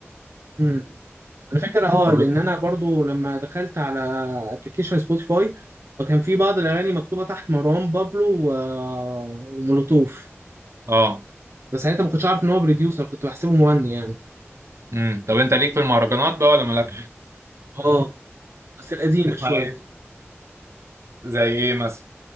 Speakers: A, on the right; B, on the right.
A: مم. الفكرة اه
B: طب
A: لان انا برضو لما دخلت على ابلكيشن سبوتيفاي فكان في بعض الاغاني مكتوبة تحت مروان بابلو و- ومولوتوف
B: اه
A: فساعتها ما كنتش عارف ان هو بروديوسر كنت بحسبه مغني يعني
B: امم طب انت ليك في المهرجانات بقى ولا مالكش
A: اه بس القديمة
B: تسمع
A: شوية
B: ايه زي ايه مثلا